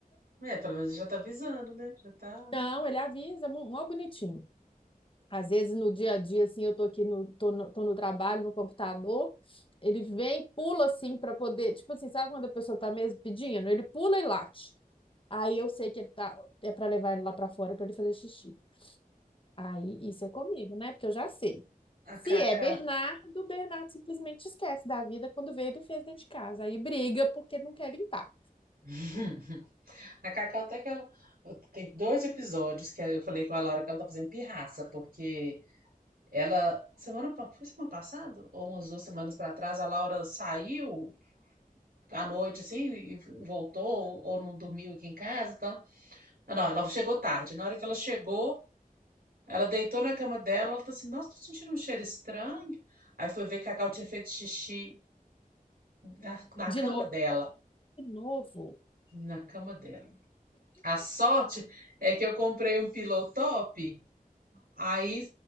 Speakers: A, on the right; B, on the left.
A: É, pelo menos já tá avisando, né? Já tá.
B: <laughs> Não, ele avisa, mó mó bonitinho. Às vezes no dia a dia, assim, eu tô aqui no, tô no, tô no trabalho, no computador, ele vem, pula assim para poder, tipo assim, sabe quando a pessoa tá mesmo pedindo? Ele pula e late. Aí eu sei que ele tá, é para levar ele lá para fora para ele fazer xixi. Aí, isso é comigo, né? Porque eu já sei.
A: A
B: Se
A: Cacá.
B: é Bernardo, Bernardo simplesmente esquece da vida quando vê ele fez dentro de casa. Aí briga porque não quer limpar.
A: <laughs> <clears throat> A Cacau até que ela. Tem dois episódios que eu falei com a Laura que ela tá fazendo pirraça, porque ela. Semana. pa- Foi semana passada? Ou umas duas semanas pra trás, a Laura saiu à noite, assim, e voltou, ou, não dormiu aqui em casa então Não, não, ela chegou tarde. Na hora que ela chegou, ela deitou na cama dela, ela tá assim, nossa, tô sentindo um cheiro estranho. Aí foi ver que a Cacau tinha feito xixi na, na
B: De
A: cama
B: novo,
A: dela.
B: de novo.
A: Na cama dela. A sorte é que eu comprei um pillow top, aí